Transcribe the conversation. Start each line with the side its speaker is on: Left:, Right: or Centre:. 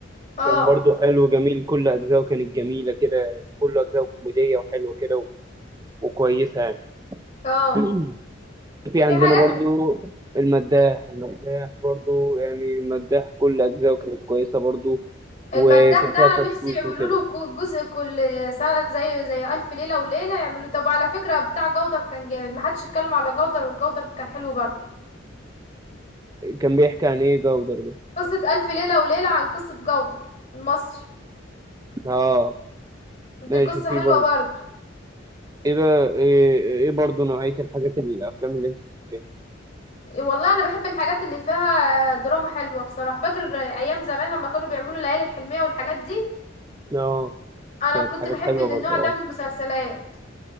Left: اه
Right: كان برضو حلو جميل كل أجزاءه كانت جميلة كده كل أجزاءه كوميدية وحلوة كده و- وكويسة يعني
Left: اه
Right: <clears throat> في عندنا
Left: في حاجات
Right: برضو
Left: كت-
Right: المداح المداح برضو يعني المداح كل أجزاءه كانت كويسة برضو وكان
Left: المداح ده
Right: فيها
Left: انا
Right: تشويق
Left: نفسي يعملوا
Right: وكده
Left: له كو- جزء كل سنة زي زي ألف ليلة وليلة يعملوا طب على فكرة بتاع جودر كان جامد محدش اتكلم على جودر وجودر كان حلو برضه
Right: كان بيحكي عن إيه جودر ده
Left: قصة ألف ليلة وليلة عن قصة جودر المصري
Right: آه ماشي
Left: دي قصة
Right: في
Left: حلوة
Right: برضو
Left: برضه
Right: إيه بقى إيه, إيه برضو نوعية الحاجات الأفلام اللي أنت بتحبها
Left: إيه والله أنا بحب الحاجات اللي فيها دراما حلوة بصراحة فاكر أيام زمان لما كانوا بيعملوا ليالي الحلمية والحاجات دي
Right: آه
Left: أنا
Right: كانت
Left: كنت
Right: حاجات
Left: بحب
Right: حلوة
Left: إن
Right: برضو
Left: النوع
Right: آه
Left: ده من المسلسلات